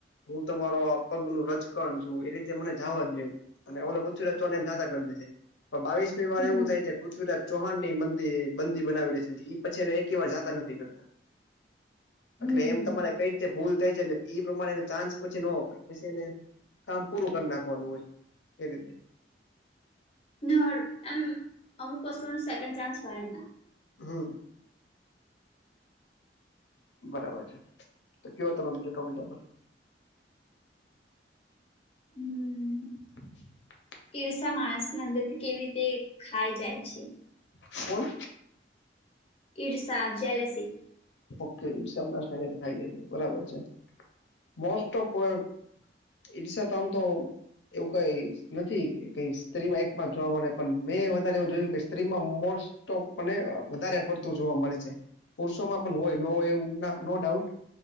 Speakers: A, on the left (about 80°); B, on the left (about 35°).
A: હું તમારો પગ નું રચકણ છું એ રીતે મને જવા દયો. અને ઓલો પૃથ્વી <unintelligible> એમ જા કરી દે પણ બાવીસ કોઈ વાર
B: હમ
A: એવું થાય કે પૃથ્વીરાજ ચૌહા ની મંદિ બંદી બનાવી લે છે ને એ પછી ને એક વાર જાતા નથી. <unintelligible>
B: હમ
A: એટલે એમ તમારે કઈ ભૂલ થાય છે એટલે એ પ્રમાણેને ચાન્સ પછી ને પછી એને છે ને કામ પૂરું કરી નાખવાનું હોય એ રીતે.
B: <unintelligible> એમ અમુક વસ્તુઓના સેકન્ડ ચાન્સ હોય જ ના.
A: હા. બરાબર છે તો કેવો તમે બીજો કમેન્ટ આપો.
B: હમ્મ
A: <inaudible>
B: ઈર્ષા માણસ ના અંદર થી કેવી રીતે ખાઈ જાય છે.
A: કોણ.
B: ઈર્ષસા જલેસી.
A: ઓકે ઈર્ષસ માણસને ખાઈ જાય છે બરાબર છે મોસ્ટ ઓફ કોઈ ઈર્ષસા <unintelligible> તો એવું કઈ નથી કે કઈ સ્ત્રીમાં એકમાં જોવા મળે પણ મેં વધારે એવું જોયું કે સ્ત્રીમાં મોસ્ટ <unintelligible> અને વધારે પડતું જોવા મળે છે પુરુષોમાં હોય નો હોય એવું ના નો ડાઉટ.